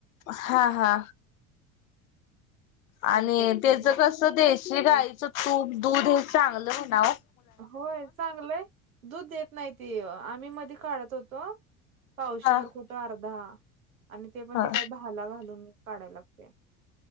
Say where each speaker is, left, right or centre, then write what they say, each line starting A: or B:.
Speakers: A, on the left (about 80°); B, on the right (about 90°).
A: हा हा
B: संकष्टीला
A: आणि त्याच कसं देशी गाईचं
B: हा
A: तूप दूध हे चांगलं आहे नाव
B: होय चांगलंय दूध देत नाहीती आम्ही मध्ये काढत होतो पावशीवर
A: हा
B: खूप अर्धा आणि ते पण
A: हा
B: ते काही भाला घालून काढायला लागते